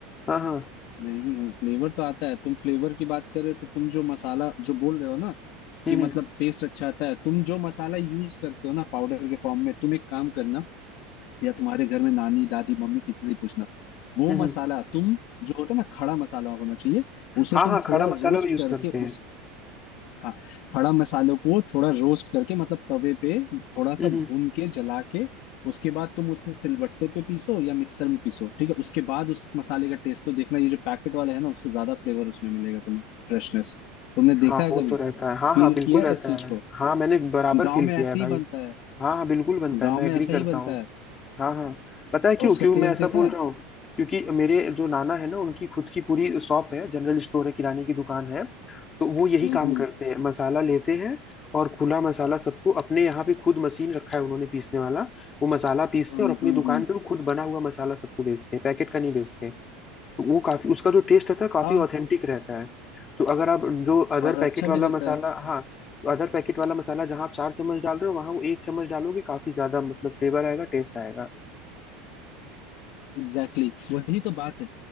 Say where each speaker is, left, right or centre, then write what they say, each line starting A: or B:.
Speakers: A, on the left (about 25°); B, on the left (about 55°).
A: हाँ हाँ
B: नहीं हूँ, फ्लेवर तो आता है तुम फ्लेवर की बात कर रहे हो तो तुम जो मसाला जो बोल रहे हो ना
A: हम्म
B: कि मतलब
A: हम्म
B: टेस्ट अच्छा आता है तुम जो मसाला यूज करते हो ना पाउडर के फॉर्म में तुम एक काम करना या तुम्हारे घर में नानी दादी मम्मी किसी से पूछना वो
A: हम्म, हम्म।
B: मसाला तुम जो होता है ना खड़ा मसाला होना चाहिए उसे
A: हाँ
B: तुम
A: हाँ खड़ा
B: थोड़ा रोस्ट
A: मसाला भी यूज
B: करके
A: करते हैं
B: उस हाँ खड़ा मसालों को थोड़ा रोस्ट करके मतलब तवे पे थोड़ा सा
A: हम्म
B: भून
A: हम्म।
B: के जला के उसके बाद तुम उसे सिलबट्टे पे पीसो या मिक्सर में पीसो ठीक है उसके बाद उस मसाले का टेस्ट तो देखना ये जो पैकेट वाला है ना उससे ज्यादा फ्लेवर उसमें मिलेगा तुम्हें फ्रेशनेस तुमने
A: हाँ
B: देखा है
A: वो
B: कभी
A: तो रहता है हाँ
B: फील
A: हाँ बिल्कुल
B: किया
A: रहता
B: है इस चीज
A: है
B: को
A: हाँ मैंने बराबर
B: गांव
A: फील
B: में
A: किया
B: ऐसे
A: है भाई
B: ही बनता है
A: हाँ हाँ बिल्कुल बनता
B: गांव
A: है मैं
B: में
A: एग्री
B: ऐसा
A: करता
B: ही बनता
A: हूँ
B: है
A: हाँ हाँ पता है क्यों
B: और उसका
A: क्यों
B: टेस्ट
A: मैं ऐसा
B: देखा
A: बोल
B: है
A: रहा हूँ क्योंकि मेरे जो नाना है ना उनकी खुद की पूरी शॉप है जनरल स्टोर है किराने की दुकान है तो वो यही
B: हम्म
A: काम करते हैं मसाला लेते हैं और खुला मसाला सबको अपने यहाँ पे खुद मशीन रखा है उन्होंने पीसने वाला वो मसाला पीसते
B: हम्म
A: हैं और अपनी
B: हम्म
A: दुकान
B: हम्म
A: पे वो खुद बना हुआ मसाला सबको बेचते हैं पैकेट का नहीं बेचते तो वो काफी उसका जो टेस्ट रहता है काफी
B: हाँ
A: ऑथेंटिक रहता है तो अगर आप जो अदर
B: और अच्छा
A: पैकेट वाला
B: भी रहता
A: मसाला
B: है
A: हाँ तो अदर पैकेट वाला मसाला जहाँ आप चार चम्मच डाल रहे हो वहाँ वो एक चम्मच डालोगे काफी ज्यादा मतलब फ्लेवर आएगा टेस्ट आएगा
B: Exactly exactly. वही तो बात है